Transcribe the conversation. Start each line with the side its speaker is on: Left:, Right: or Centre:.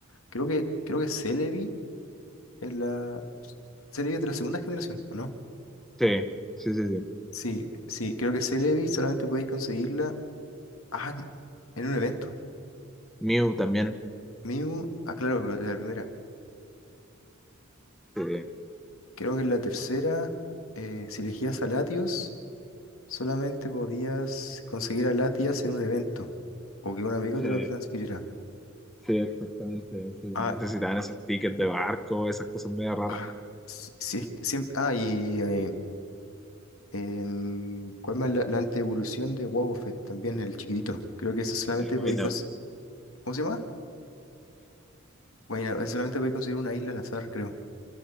Left: Creo que, creo que Celebi es la. Celebi es de la segunda generación, ¿o no?
Centre: Sí, sí, sí, sí.
Left: Sí, sí, creo que Celebi solamente podéis conseguirla ah, en un evento.
Centre: Mew también.
Left: Mew, ah, claro, pero de la primera.
Centre: Sí,
Left: Creo que en la tercera, eh, si elegías a Latios, solamente podías conseguir a Latias en un evento o que un amigo te
Centre: Sí,
Left: lo transfiriera.
Centre: sí, exactamente, ese también.
Left: Ah,
Centre: necesitaban esos tickets de barco, esas cosas medio raras.
Left: ah, si, si es que siempre. Ah, y. eh, em, ¿cuál más? La, la antievolución de Wobbuffet, también el chiquitito. Creo que eso solamente
Centre: El Wine
Left: podéis conseguir.
Centre: Out.
Left: ¿Cómo se llama? Bueno, eso solamente podéis conseguir una isla al azar, creo.